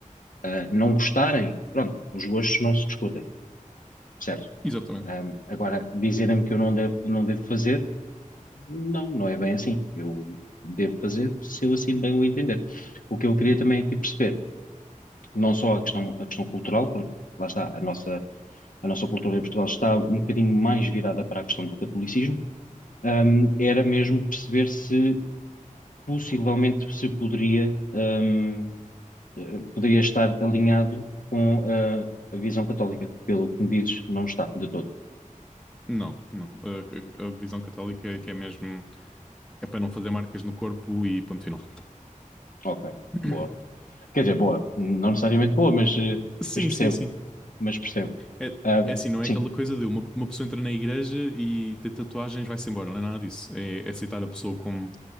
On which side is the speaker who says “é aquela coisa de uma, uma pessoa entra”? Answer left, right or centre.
Centre